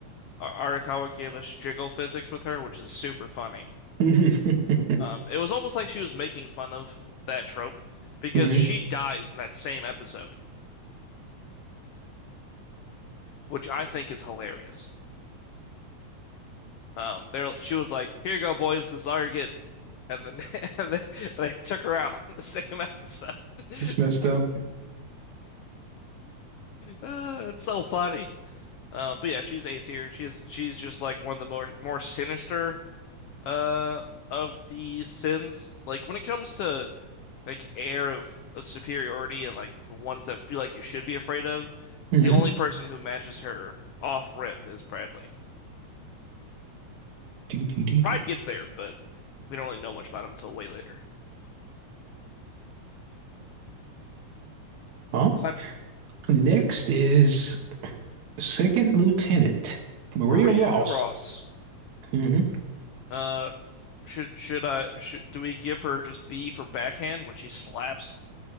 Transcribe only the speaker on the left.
Ar- Arakawa gave us jiggle physics with her, which is super funny.
Um, it was almost like she was making fun of that trope because
she
dies in that same episode, which I think is hilarious. Um, there she was like, "Here you go, boys. This is all you're getting." And then <laughs> and they, they took her out <laughs> in the same episode. <laughs>
Uh, it's so funny. Um, but yeah, she's A tier. She's she's just like one of the more more sinister uh of the sins. Like when it comes to like air of, of superiority and like ones that feel like you should be afraid of,
the only person who matches her off rip is Bradley.
Pride gets there, but we don't really know much about him until way later.
It's not
Maria
Ross.
Uh, should should I should do we give her just B for backhand when she slaps